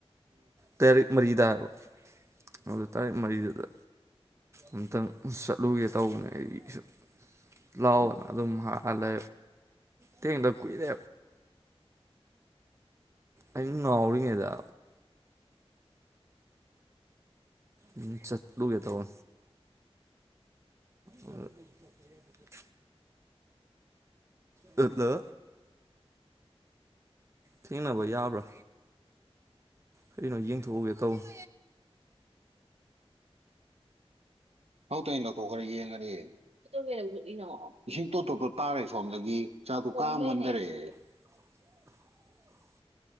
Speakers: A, on the right (about 25°); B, on the right (about 75°).
A: ꯇꯥꯔꯤꯛ ꯃꯔꯤꯗꯕ ꯑꯗꯨ ꯇꯥꯔꯤꯛ ꯃꯔꯤꯗꯨꯗ ꯑꯝꯇꯪ ꯆꯠꯂꯨꯒꯦ ꯇꯧꯕꯅꯦ ꯑꯩꯁꯨ ꯂꯥꯎ
B: ꯎꯝ
A: ꯑꯗꯨꯝ ꯍꯥꯜꯂꯦ ꯊꯦꯡꯅꯗ ꯀꯨꯏꯔꯦ ꯑꯩ ꯉꯥꯎꯔꯤꯉꯩꯗ ꯎꯝ ꯆꯠꯂꯨꯒꯦ ꯇꯧꯕ ꯑ ꯗꯗꯥ ꯊꯦꯡꯅꯕ ꯌꯥꯕ꯭ꯔꯥ ꯀꯩꯅꯣ ꯌꯦꯡꯊꯣꯛꯎꯒꯦ ꯇꯧꯅꯦ
B: ꯂꯧ ꯇꯥꯢꯟ ꯂꯧꯊꯣꯛꯈ꯭ꯔ ꯌꯦꯡꯉꯗꯤ <unintelligible> ꯏꯁꯤꯡ ꯇꯣꯞ ꯇꯣ ꯇꯣꯞ ꯇꯔꯦ ꯁꯣꯝꯗꯒꯤ ꯆꯥꯛꯇꯣ ꯀꯥ ꯃꯨꯟꯗꯔꯦ
A: <inaudible>